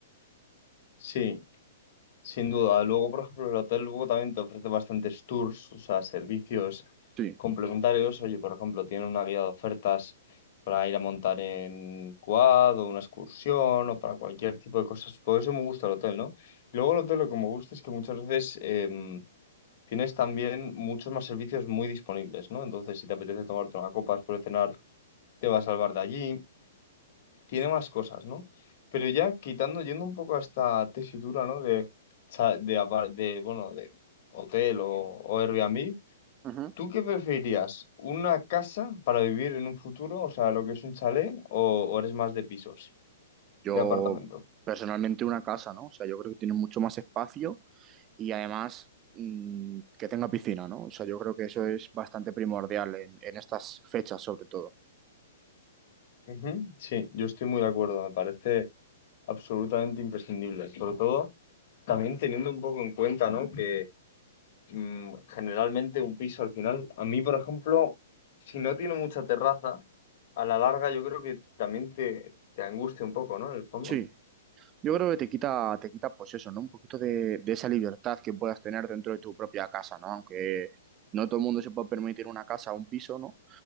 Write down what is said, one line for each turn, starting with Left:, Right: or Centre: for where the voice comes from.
Left: Sí, sin duda. Luego, por ejemplo, el hotel luego también te ofrece bastantes tours, o sea, servicios
Right: Sí.
Left: complementarios. Oye, por ejemplo, tienen una guía de ofertas para ir a montar en quad o una excursión o para cualquier tipo de cosas. Por eso me gusta el hotel, ¿no? Y luego el hotel lo que me gusta es que muchas veces, em, Tienes también muchos más servicios muy disponibles, ¿no? Entonces, si te apetece tomarte una copa después de cenar, te va a salvar de allí. Tiene más cosas, ¿no? Pero ya quitando, yendo un poco a esta tesitura, ¿no? De, cha- de, apa- de, bueno, de hotel o, o Airbnb,
Right: Ujú.
Left: ¿tú qué preferirías? ¿Una casa para vivir en un futuro? O sea, lo que es un chalet, o, o eres más de pisos,
Right: Yo
Left: de apartamento?
Right: personalmente una casa, ¿no? O sea, yo creo que tiene mucho más espacio y además mm, que tenga piscina, ¿no? O sea, yo creo que eso es bastante primordial en, en estas fechas, sobre todo.
Left: Ujú, Sí, yo estoy muy de acuerdo, me parece absolutamente imprescindible, sobre todo también teniendo un poco en cuenta, ¿no? Que mm, generalmente un piso al final. A mí, por ejemplo, si no tiene mucha terraza, a la larga yo creo que también te, te angustia un poco, ¿no? En el fondo.
Right: Sí, yo creo que te quita, te quita, pues eso, ¿no? Un poquito de, de esa libertad que puedas tener dentro de tu propia casa, ¿no? Aunque no todo el mundo se pueda permitir una casa o un piso, ¿no?